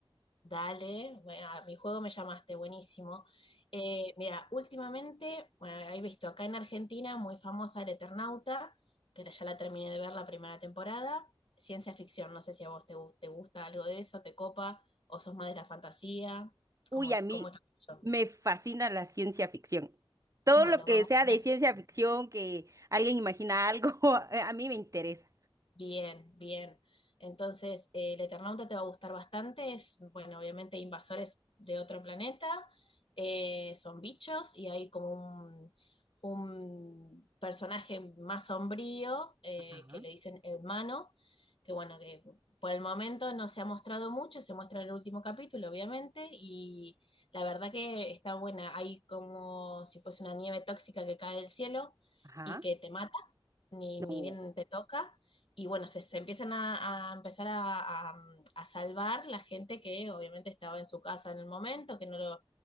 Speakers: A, on the left; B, on the right.
A: dale. Bueno, a mi juego me llamaste, buenísimo. Eh, mira, últimamente, bueno, he visto acá en Argentina muy famosa El Eternauta, que ya la terminé de ver la primera temporada. Ciencia ficción, no sé si a vos te, gu- te gusta algo de eso, te copa, o sos más de la fantasía,
B: Uy,
A: ¿cómo, es-
B: a mí
A: cómo es eso?
B: me fascina la ciencia ficción. Todo
A: Bueno,
B: lo que
A: vamos
B: sea
A: con
B: de
A: eso.
B: ciencia ficción, que alguien imagina algo, <laughs> a mí me interesa.
A: Bien, bien. Entonces, eh, el Eternauta te va a gustar bastante. Es, bueno, obviamente invasores de otro planeta, eh, son bichos y hay como un, un personaje más sombrío eh,
B: Ajá,
A: que le dicen hermano, que bueno, que por el momento no se ha mostrado mucho, se muestra en el último capítulo, obviamente, y la verdad que está buena. Hay como si fuese una nieve tóxica que cae del cielo
B: ajá.
A: y que te mata, ni, ni
B: No.
A: bien te toca y bueno, se, se empiezan a, a empezar a, a- a salvar la gente que obviamente estaba en su casa en el momento, que no lo,